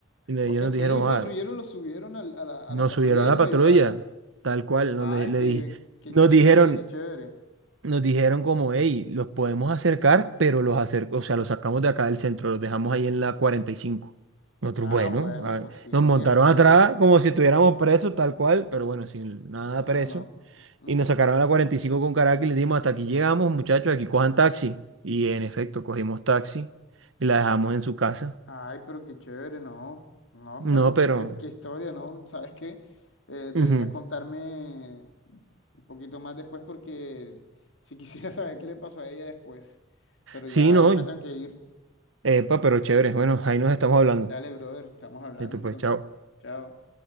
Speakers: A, on the right (about 75°); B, on the left (about 70°).
A: Y ellos
B: O sea,
A: nos
B: en serio,
A: dijeron,
B: el patrullero
A: ah,
B: lo subieron al- a la,
A: Nos
B: a la patrulla
A: subieron a
B: y
A: la
B: los
A: patrulla,
B: ayudaron.
A: tal cual,
B: Ay,
A: nos, le, le
B: qué,
A: di-
B: qué
A: nos
B: interesante,
A: dijeron,
B: qué chévere.
A: nos dijeron como, hey, los podemos acercar, pero los acer- o sea, los sacamos de acá del centro, los dejamos ahí en la cuarenta y cinco Nosotros,
B: Ah,
A: bueno,
B: bueno,
A: a-
B: pues sí,
A: nos montaron
B: es una ayuda.
A: atrás como si estuviéramos presos, tal cual, pero bueno, sin nada
B: Ah,
A: preso.
B: no. ujú.
A: Y nos sacaron a la 45 con Caracas y les dimos, hasta aquí llegamos, muchachos, aquí cojan taxi. Y en efecto, cogimos taxi y la dejamos en su casa.
B: Ay, pero qué chévere, ¿no? No,
A: No,
B: <laughs> pero
A: pero...
B: qué, qué historia, ¿no? ¿Sabes qué? Eh, deberías
A: ujú.
B: contarme un poquito más después porque si quisiera <laughs> saber qué le pasó a ella después. Pero
A: Sí,
B: ya,
A: no.
B: ya me tengo que ir.
A: Epa, pero chévere. Bueno, ahí nos estamos hablando.
B: Dale, brother, estamos hablando
A: Listo,
B: entonces.
A: pues, chao.
B: Chao.